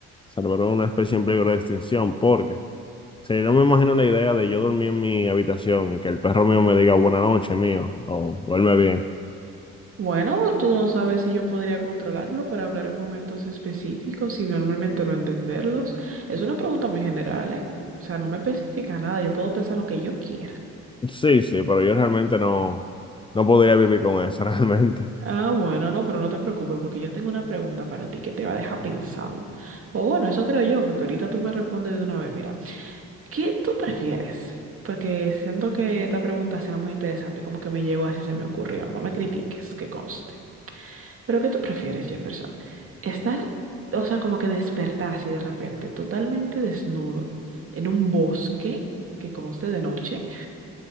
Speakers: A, on the left; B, on the right.
A: salvar a una especie en peligro de extinción, porque si no me imagino la idea de yo dormir en mi habitación y que el perro mío me diga buena noche, mío, o duerme bien.
B: Bueno, tú no sabes si yo podría controlarlo para hablar en momentos específicos y normalmente no entenderlos. Es una pregunta muy general, ¿eh? O sea, no me especifica nada, yo puedo pensar lo que yo quiera.
A: Sí, sí, pero yo realmente no, no podría vivir con eso, <laughs> realmente.
B: Ah, bueno, no, pero no te preocupes porque yo tengo una pregunta para ti que te va a dejar pensando. O bueno, eso creo yo, porque ahorita tú me respondes de una vez, mira, ¿qué tú prefieres? Porque siento que esta pregunta será muy interesante, como que me llegó así se me ocurrió, no me critiques, que conste. Pero ¿qué tú prefieres, Jefferson? Estar, o sea, como que despertar así de repente, totalmente desnudo, en un bosque que conste de noche,